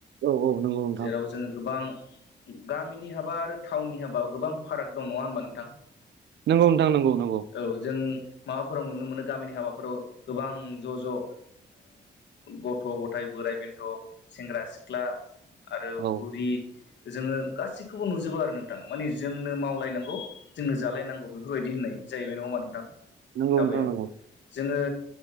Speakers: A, on the right; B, on the left.
A: औ औ नंगौ नोंथां
B: जेराव जों गोबां गामिनि हाबा आरो टाउननि हाबा गोबां फाराग दं नङा होमबा नोंथां?
A: नंगौ नोंथां नंगौ नंगौ।
B: औ जों माबाफोराव नुनो मोनो गामिनि हाबाफोराव गोबां ज ज ओ गथ गथायाइ बोराइ बेन्थ सेंग्रा सिख्ला आरो
A: औ
B: बुरि जोङो गासैखौबो नुजोबो आरो नोंथां। मानि जोंनो मावलायनांगौ जोंनो जालायनांगौ बेफोरबायदि होननाय जाहैबाय नङाहोमबा नोंथां?
A: नंगौ
B: हाबायाव
A: नोंथां नंगौ
B: जोङो